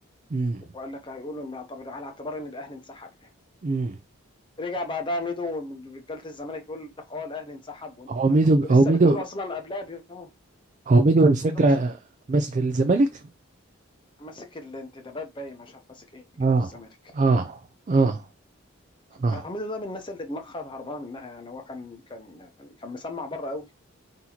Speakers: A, on the right; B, on the left.
A: امم
B: وقال لك هيقولوا ان يعتبر على اعتبار ان الاهلي انسحب يعني
A: امم
B: رجع بعدها ميدو من رجاله الزمالك يقول لك اه الاهلي انسحب وانت
A: هو
B: ما
A: ميدو
B: انت كنت لسه
A: هو ميدو
B: بتقول اصلا قبلها بيوم
A: هو ميدو بيشجع
B: ميدو ماسك
A: ماسك الزمالك
B: ماسك الانتدابات باين مش عارف ماسك ايه كده
A: اه
B: في الزمالك
A: اه اه اه
B: حميدو ده من الناس اللي دماغها هربانه منها يعني هو كان كان كان مسمع بره قوي